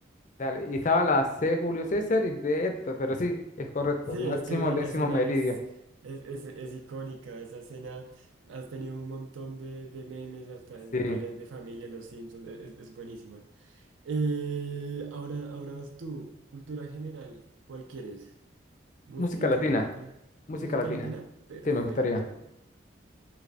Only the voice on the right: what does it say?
Sí,
es que la,
la escena
es, es, es, es icónica. Esa escena has tenido un montón de, de memes, hasta en
Padres de Familia, Los Simpsons. e, Es, es buenísima. Eh, ahora, ahora vas tú. Cultura general, ¿cuál quieres? Música,
película.
Música
latina, perfecto.